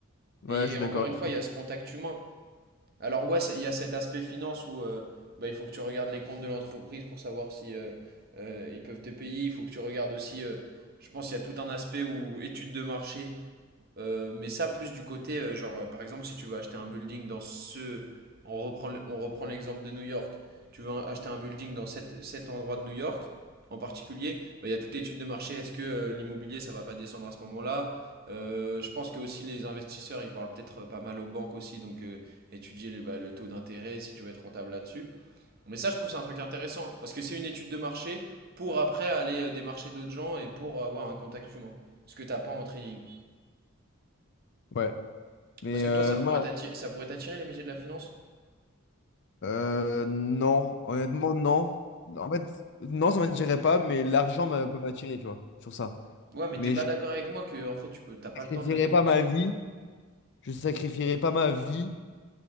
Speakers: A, on the left; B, on the right.
A: Ouais,
B: Et,
A: je
B: et
A: suis
B: encore
A: d'accord.
B: une
A: avec
B: fois, il y a ce contact humain. Alors ouais, il y a cet aspect finance où euh, bah, il faut que tu regardes les comptes de l'entreprise pour savoir si euh, euh, ils peuvent te payer. Il faut que tu regardes aussi, euh, je pense, il y a tout un aspect où études de marché euh, mais ça, plus du côté, euh, genre, euh, par exemple, si tu veux acheter un building dans ce. On reprend, le- on reprend l'exemple de New York. Tu veux un- acheter un building dans cet, cet endroit de New York, en particulier, bah, il y a toute l'étude de marché. Est-ce que euh, l'immobilier, ça va pas descendre à ce moment-là? Euh, je pense que aussi les investisseurs, ils parlent peut-être euh, pas mal aux banques aussi, donc euh, étudier les- bah, le taux d'intérêt, si tu veux être rentable là-dessus. Mais ça, je trouve, c'est un truc intéressant, parce que c'est une étude de marché pour après aller euh, démarcher d'autres gens et pour avoir un contact humain. Ce que t'as pas en trading.
A: toi. Ouais. Mais
B: Parce que
A: euh,
B: toi, ça pourrait
A: moi,
B: t'attirer, ça pourrait t'attirer les métiers de la finance?
A: euh, non. Honnêtement, non. En fait, non, ça m'attirerait pas, mais l'argent m'a- peut m'attirer, tu vois, sur ça.
B: Ouais, mais
A: Mais
B: t'es pas
A: je
B: d'accord avec moi que en fait tu peux, t'as pas
A: sacrifierais
B: le temps de le dépenser.
A: pas ma vie. Je sacrifierais pas ma vie